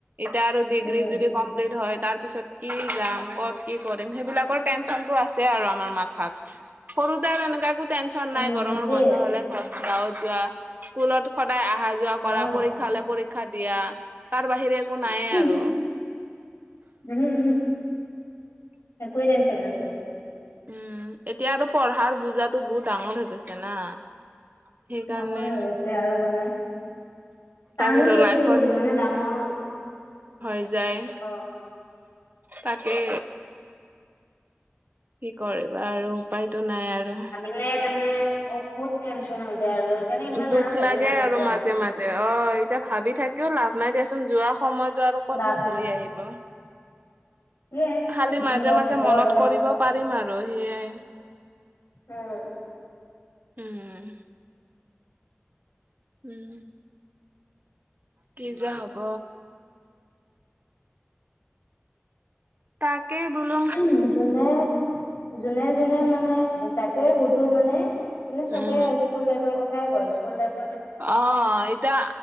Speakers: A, on the right (about 45°); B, on the left (about 85°).
A: এতিয়া আৰু ডিগ্ৰী
B: উম,
A: যদি কম হয় তাৰ পিছত কি যাম ক'ত কি কৰিম ক'ত কৰিম সেইবিলাকৰ টেনচনটো আছে আৰু আমাৰ মাথাত। সৰু দাৰএনে একো টেনচন নাই
B: উম,
A: গৰমৰ
B: সেইটোয়ে
A: বন্ধ হ'লে ঘৰ গাঁৱত যোৱা স্কুলত সদায় আহা- যো যোৱা কৰা
B: অ'।
A: পৰীক্ষালে পৰীক্ষা দিয়া তাৰ বাহিৰে একো নায়ে
B: উম,
A: আৰু।
B: <unintelligible> একোৱে টেনচন নাছিল।
A: উম, এতিয়া আৰু পঢ়াৰ বুজাতো বহুত ডাঙৰ হৈ গৈছে না সেইকাৰণে
B: ডাঙৰ হৈ গৈছে আৰু মানে টানো
A: তাকেতো
B: দিয়াছোন
A: লাইফত
B: যি মানে ডাঙৰ
A: হৈ যায়
B: অ'।
A: তাকে। কি কৰিবা আৰু উপায়টো নাই আৰু
B: প্ৰায় মানে বহুত টেনচন হৈ যায় সেইকাৰণে আৰু ইমান
A: দুখ
B: আৰু ভাবি
A: লাগে
B: নাথাকো
A: আৰু মাজে, মাজে অ' এতিয়া ভাবি থাকিও লাভ নাই দিয়াচোন যোৱা সময়ত ত 'আৰু ক'তনো
B: লাভ
A: ঘূৰি
B: নাই
A: আহিব।
B: সেয়ে
A: খালি
B: যি
A: মাজে,
B: হয়
A: মাজে
B: হ'ব
A: মনত
B: আৰু সেনেকুৱা।
A: কৰিব পাৰিম আৰু সেয়াই।
B: উম,
A: উম, উম, কি যে হ'ব। তাকেই বোলো
B: উম, যোনে যোনে, যোনে মানে যাকে সুধো মানে, মানে <unintelligible> চবে
A: উম
B: স্কুল লাইৰ কত কথাই কয় স্কুল টাইপ ইভ
A: অ' এতিয়া